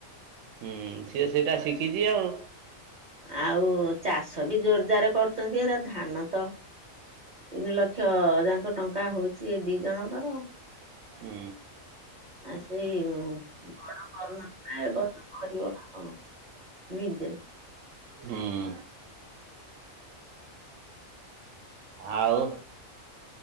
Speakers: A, on the right; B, on the right.
A: ହୁଁ ସିଏ ସେଇଟା ଶିଖିଚି ଆଉ।
B: ଆଉ ଚାଷ ବି ଜୋରଦାର କରୁଛନ୍ତି ଏରା ଧାନ ତ ତିନି ଲକ୍ଷ ଯାଙ୍କ ଟଙ୍କା ହଉଛି ଏ ଦି ଜଣଙ୍କର।
A: ହୁଁ।
B: ଆ ସେଇ ବଡ କରୁନ ଆ ଏ ବର୍ଷ କରିବ ନା କଣ ନିଜେ।
A: ହୁଁ ଆଉ